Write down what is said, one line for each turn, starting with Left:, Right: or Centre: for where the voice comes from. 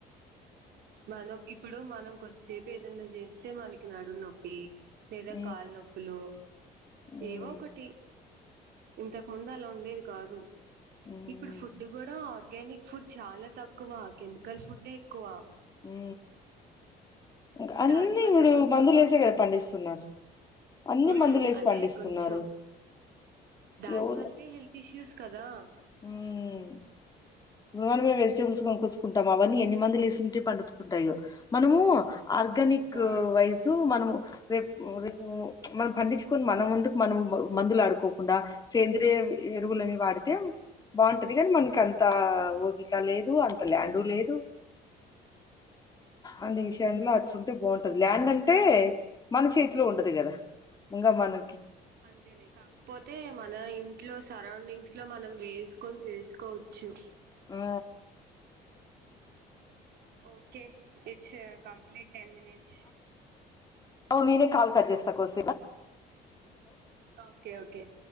Right: మనం ఇప్పుడు మనం కొద్దిసేపు ఏదన్నా చేస్తే మనకి నడుము నొప్పి లేదా
Left: ఉమ్
Right: కాళ్లునొప్పులు
Left: ఉమ్
Right: ఏవో ఒకటి ఇంతకు ముందు అలా ఉండేది కాదు
Left: ఉమ్
Right: ఇప్పుడు ఫుడ్ కూడా ఆర్ ఆర్గానిక్ ఫుడ్ చాలా తక్కువ కెమికల్ ఫుడ్ డే ఎక్కువ
Left: అ ఇంకా అన్ని
Right: దాని వల్ల
Left: ఇప్పుడు
Right: కొంచెం
Left: మందులు వసే కదా పండిస్తున్నారు అన్ని
Right: హ
Left: మందులేసి
Right: అదే
Left: పండిస్తున్నారు
Right: కొంచెం దాని
Left: ఎవరు
Right: వళతే హెల్త్ ఇష్యూస్ కదా
Left: మ్మ్ మనమే వెజిటబుల్స్ కొనుకొచ్చుకుంటాము అవన్నీ ఎన్ని మందులు వేసింటే పండుతుంటాయో మనమూ ఆర్గానిక్
Right: ఆ
Left: వయసు మనమ్ రేపు రేపు మనం పండించుకొని మనంమందుకు మనం మందులు ఆడుకోకుండా సేంద్రిీయ ఎరువులని వాడితే బాగుంటది కని మనకి అం తా ఓపిక లేదు అంత ల్యాండు లేదు అన్ని విషయాంలో ఒచ్చంటే బాగుంటది ల్యాండ్ అంటే మన చేతిలో ఉండదు గదా ఇంగ మన
Right: అంతేలె కాకపోత్ తే మన ఇంట్లో సరౌండింగ్స్ లో మనం వేస్కోని చేస్కోచ్చు
Left: ఆ
Right: okay it's complete ten minutes
Left: ఔను నెనే కాల్ కట్ జేస్త కోసే
Right: ఓకే ఒకే